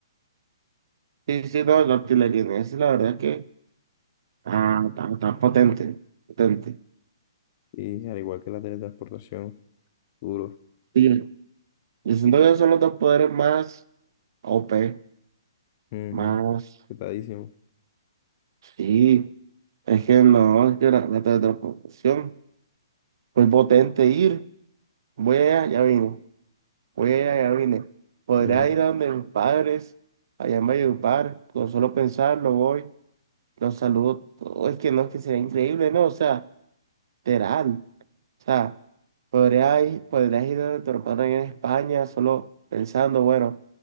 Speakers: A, on the right; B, on the left.
A: Sí, sí, no, la artillería, esa es la verdad que, ah, está, está potente, potente.
B: Y al igual que la teletransportación, duro.
A: Sí, yo siento que son los dos poderes más OP,
B: Ujú.
A: más,
B: Petadísimo.
A: sí, es que no, es que la, la teletransportación muy potente ir, voy allá, ya vine, voy allá, ya vine, podría
B: Y,
A: ir a donde mis padres, allá en Valledupar, con solo pensarlo voy, los saludo, todo, es que no, es que sería increíble, no, o sea, literal, o sea, podría ir, podrías ir a donde tus padres en España, solo pensando, bueno,